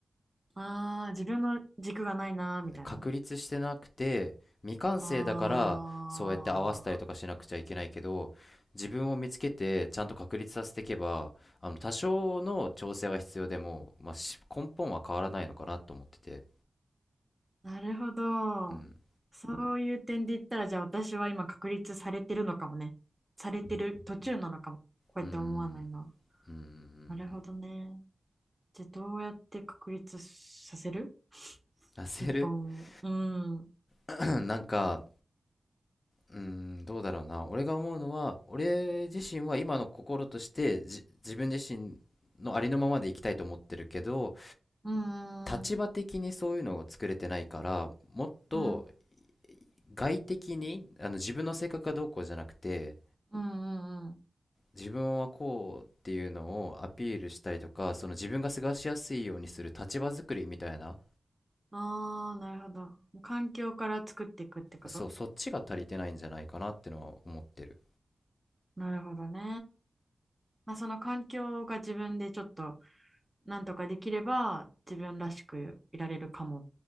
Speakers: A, on the right (about 15°); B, on the left (about 40°).
A: ああ、自分の軸がないなーみたいな。
B: 確立してなくて未完成だからそうやって合わせたりとかしなくちゃいけないけど自分を見つけてちゃんと確立させていけばあの多少の調整は必要でも、
A: あ
B: まあ、し根本は変わらないのかなと思ってて
A: あ、なるほど。
B: うん
A: そういう点で言ったら、じゃあ私は今確立されてるのかもね。されてる途中なのかも。こうやって思わないのは。
B: うーんうーん
A: なるほどね。じゃあどうやって確立させる <laughs>
B: 焦る
A: 一本を。
B: <clears throat>
A: うん。
B: <coughs> なんかうーんどうだろうな俺が思うのは俺自身は今の心としてじ自分自身のありのままでいきたいと思ってるけど
A: うんうん
B: 立場的にそういうのを作れてないから、もっと
A: うん
B: 外的に、あの自分の性格がどうこうじゃなくて、
A: うんうん
B: 自分はこうっていうのをアピールしたりとか、その自分が過ごしやすいようにする立場作りみたいな、
A: ああー、なるほど。もう環境から作っていくってこと
B: そう、そっちが足りてないんじゃないかなってのは思ってる。
A: なるほどね。まあ、その環境が自分でちょっとなんとかできれば自分らしくいられるかもっ